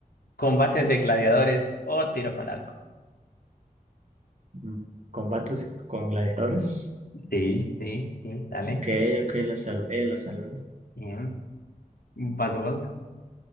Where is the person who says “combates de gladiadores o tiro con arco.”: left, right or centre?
Left